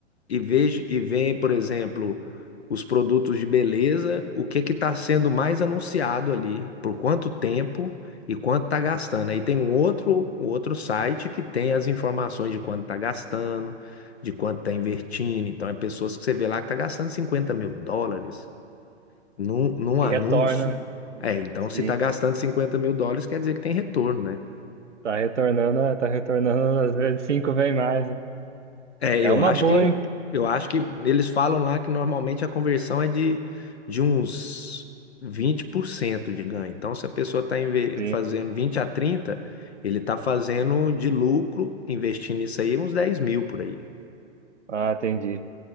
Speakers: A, on the left; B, on the right.
A: e vejo e vem, por exemplo, os produtos de beleza, o que que está sendo mais anunciado ali, por quanto tempo e quanto está gastando. Aí tem um outro, um outro site que tem as informações de quanto está gastando, de quanto está invertindo. Então, é pessoas que você vê lá que está gastando cinquenta mil dólares num, num
B: E
A: anúncio.
B: retorna, né?
A: É, então
B: Sim.
A: se está gastando cinquenta mil dólares, quer dizer que tem retorno, né?
B: Tá retornando, é, tá retornando, às vezes cinco vem mais. né?
A: É,
B: É
A: eu
B: uma
A: acho
B: boa,
A: que
B: hein?
A: eu acho que eles falam lá que normalmente a conversão é de, de uns 20% de ganho. Então, se a pessoa está
B: Sim.
A: fazendo 20 a 30, ele está fazendo de lucro, investindo isso aí, uns dez mil por aí.
B: Ah, entendi.